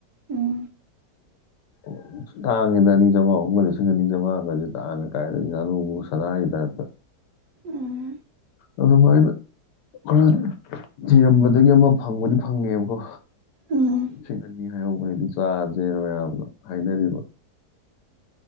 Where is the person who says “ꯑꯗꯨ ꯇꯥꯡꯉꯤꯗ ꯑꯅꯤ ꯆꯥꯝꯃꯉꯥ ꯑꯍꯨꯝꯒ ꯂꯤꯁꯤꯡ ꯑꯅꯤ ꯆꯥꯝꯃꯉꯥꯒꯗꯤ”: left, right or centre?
Left